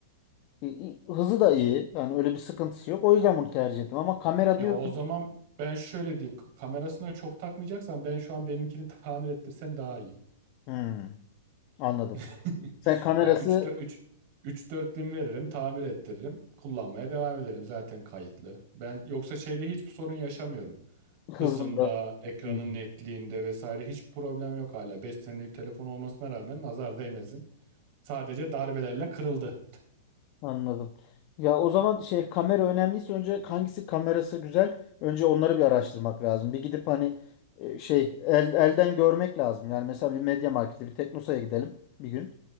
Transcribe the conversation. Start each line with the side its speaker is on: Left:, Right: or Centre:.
Left: E, i- hızı da iyi, yani öyle bir sıkıntısı yok. O yüzden bunu tercih ettim ama kamera
Right: Ya
Left: diyorsun.
Right: o zaman ben şöyle diyeyim. Kamerasına çok takmayacaksan ben şu an benimkini tamir ettirsem daha iyi.
Left: Hmm, anladım.
Right: <laughs>
Left: Sen kamerası
Right: Ya 3 üç üç 4 bin veririm, tamir ettiririm. Kullanmaya devam ederim zaten kayıtlı. Ben yoksa şeyde hiçbir sorun yaşamıyorum.
Left: hızında.
Right: Hızında, ekranın
Left: Hmm,
Right: netliğinde vesaire hiç problem yok hala. 5 senelik telefon olmasına rağmen nazar değmesin. Sadece darbelerle kırıldı.
Left: Anladım. Ya o zaman şey kamera önemliyse önce hangisi kamerası güzel? Önce onları bir araştırmak lazım. Bir gidip hani e, şey el, elden görmek lazım. Yani mesela bir Media Markt'e, bir Teknosa'ya gidelim bir gün.